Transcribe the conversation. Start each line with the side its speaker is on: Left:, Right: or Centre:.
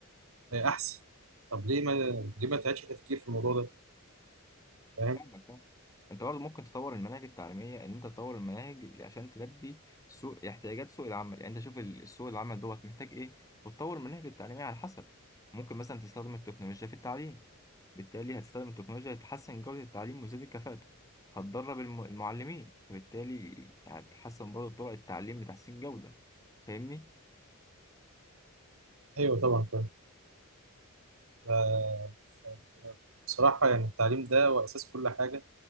Right: آه، احسن طب ليه ما ليه ما تعيدش تفكير في الموضوع ده فاهم
Left: فاهمك فاهم انت برضو ممكن تطور المناهج التعليميه ان انت تطور المناهج عشان تلبي سوق احتياجات سوق العمل يعني انت شوف ال- السوق العمل دوت محتاج ايه وتطور المناهج التعليميه على حسب ممكن مثلا تستخدم التكنولوجيا في التعليم بالتالي هتستخدم التكنولوجيا لتحسن جوده التعليم وتزيد الكفاءه هتدرب الم- المعلمين وبالتالي هتحسن برضو طرق التعليم لتحسين جوده فاهمني
Right: ايوه طبعا فاهم ف- بصراحة يعني التعليم ده هو اساس كل حاجة